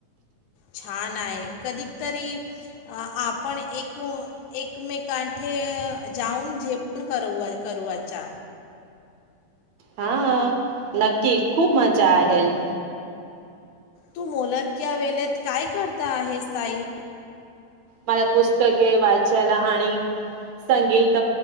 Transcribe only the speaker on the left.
छान आहे. कधीतरी आपण एक एक मेकांके जाऊन जेवण करुआचा.
तू मोकळ्या वेळेत काय करता आहे, ताई?